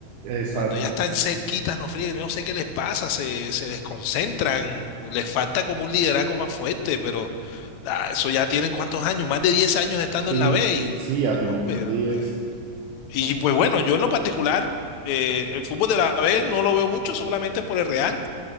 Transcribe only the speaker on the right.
Exacto.
Sí,
sí, ya
tienen
más 10.